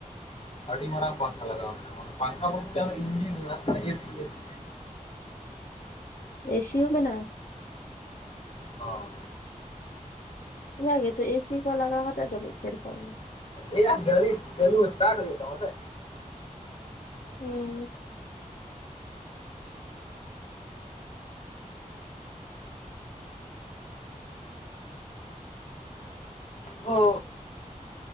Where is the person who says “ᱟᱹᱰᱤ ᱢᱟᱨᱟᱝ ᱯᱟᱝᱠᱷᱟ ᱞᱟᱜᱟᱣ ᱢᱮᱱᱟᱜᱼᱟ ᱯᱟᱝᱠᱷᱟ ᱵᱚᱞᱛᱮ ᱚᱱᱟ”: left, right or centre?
Left